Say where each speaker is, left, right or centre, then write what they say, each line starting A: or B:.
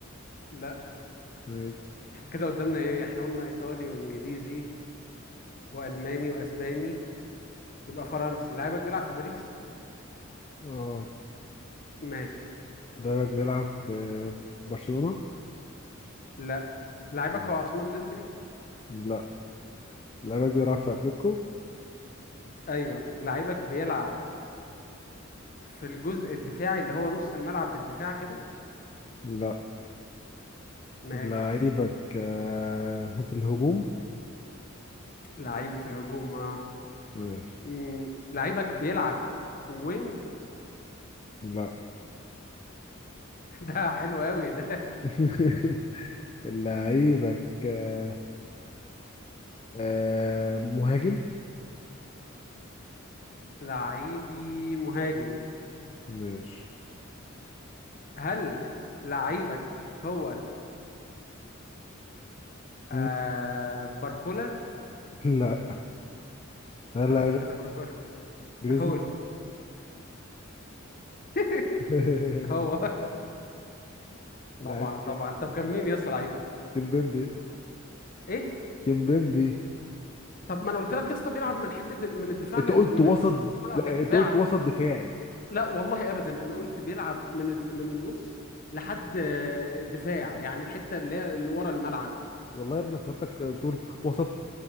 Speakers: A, on the left; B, on the left.
A: لا
B: ماشي
A: احنا كده قدامنا ايه احنا قلنا ايطالي وانجليزي والماني واسباني يبقى فرنسي لعيبك بيلعب في باريس
B: اه
A: ماشي
B: لعيبك بيلعب في برشلونه
A: لا لعيبك
B: مم.
A: هو عثمان ديمبلي
B: لا لعيبك بيلعب في اتلتيكو
A: ايوه لعيبك بيلعب في الجزء الدفاعي اللي هو نص الملعب بالدفاع كده
B: لا
A: ماشي
B: لعيبك آه، في الهجوم
A: لعيبي في الهجوم اه
B: ماشي
A: مم. لعيبك بيلعب وينج
B: لا
A: <laughs> ده حلو قوي ده
B: <laughs> لعيبك آه، آه، مهاجم
A: <laughs> لعيبي مهاجم
B: ماشي
A: هل لعيبك هو آه
B: مم،
A: باركولا
B: لا هل
A: لا
B: لعيبك
A: صح ده باركولا
B: جريزمان
A: هول <laughs>
B: <laughs>
A: هو
B: لعيبك
A: طبعا طبعا طب كان مين يا اسطى لعيبك
B: كيمبيمبي
A: ايه
B: كيمبيمبي
A: طب ما انا قلت لك يا اسطى بيلعب من حته ال- من الدفاع
B: انت
A: لل...
B: قلت
A: من
B: وسط
A: ال- نص الملعب
B: لا
A: للدفاع
B: انت قلت وسط دفاعي
A: لا والله ابدا انا قلت بيلعب من ال... من النص لحد آه، الدفاع يعني الحته اللي هي اللي ورا الملعب
B: والله يا ابني افتكرتك بتقول وسط